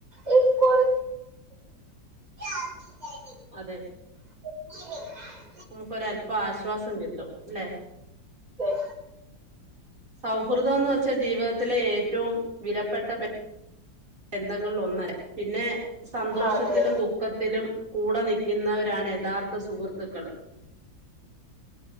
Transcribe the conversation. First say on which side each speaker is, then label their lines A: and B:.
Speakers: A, on the right; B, on the right.
A: ഹ് കൊർ <unintelligible>
B: അതെ.
A: <unintelligible>
B: നമുക്കോരല്പം ആശ്വാസം കിട്ടുംല്ലെ
A: അതെ
B: സൗഹൃദം എന്ന് വെച്ചാ ജീവിതത്തിലെ ഏറ്റവും വിലപ്പെട്ട ബന്ധങ്ങളിൽ ഒന്നര പിന്നെ സന്തോഷത്തിലും
A: അതെ
B: ദുഃഖത്തിലും കൂടെ നിൽക്കുന്നവരാണ് യഥാർത്ഥ സുഹൃത്തുക്കൾ <unintelligible> <inaudible>